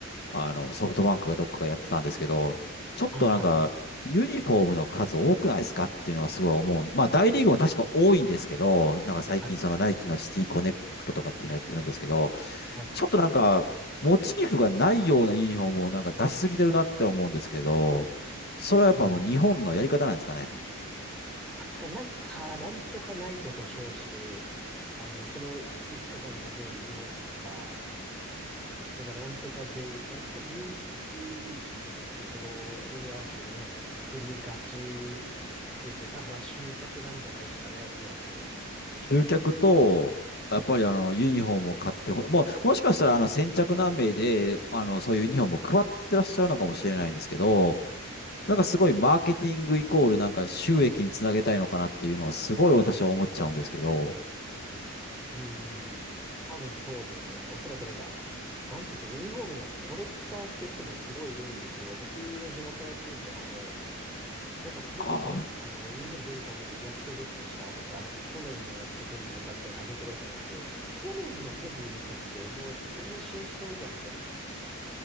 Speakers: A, on the left; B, in the centre.
A: あの、ソフトバンクがどっかがやってたんですけど、ちょっとなんか、
B: はいはいはい。
A: ユニフォームの数多くないですかっていうのがすごい思う。まあ、大リーグも確か多いんですけど、なんか最近そのナイキのシティコネクトとかっていうのやってるんですけど、
B: はい。はい。
A: ちょっとなんか、モチーフがないようなユニフォームをなんか出しすぎてるなって思うんですけど、それはやっぱもう日本のやり方なんですかね。
B: うん。確かになんか、なんとかナイトと称して、あの、その3日間だけのユニフォームとか、なんかなんとかデイ、なんと、ミュージックウィークとか言って、その、に合わせたユニフォームとか作りがちですね。多分まあ集客なんじゃないですかね、おそらく。
A: 集客と、やっぱりあの、ユニフォームを買ってほ、もう、もしかしたらあの、先着何名で、あの、そういうユニフォームを配ってらっしゃるのかもしれないんですけど、なんかすごいマーケティングイコールなんか収益につなげたいのかなっていうのはすごい私は思っちゃうんですけど。
B: うん。多分そうですね。おそらくなんか、なんていうんですか、ユニフォームのコレクターする人もすごいいるんですよ。僕の地元のチームとかも、なんかそれこそ、
A: ああ。
B: あの、ユニフォーム出るためにやっとゲットしたとか、なんか去年のやっと手に入れたみたいな上げてるやつがいて、去年の手に入れたって、もうだってそれで試合しないじゃんみたいな